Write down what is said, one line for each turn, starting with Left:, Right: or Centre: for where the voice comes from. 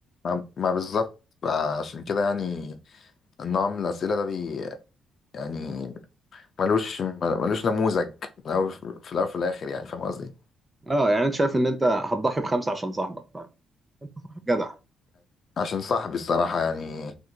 Left: ما ما بالظبط فعشان كده يعني النوع من الاسئله ده بي يعني ملوش ملوش نموذج في الأول في الأول في الآخر يعني فاهم قصدي
Right: اه يعني انت شايف ان انت هتضحي بخمسه عشان صاحبك فاهم جدع
Left: عشان صاحبي الصراحة يعني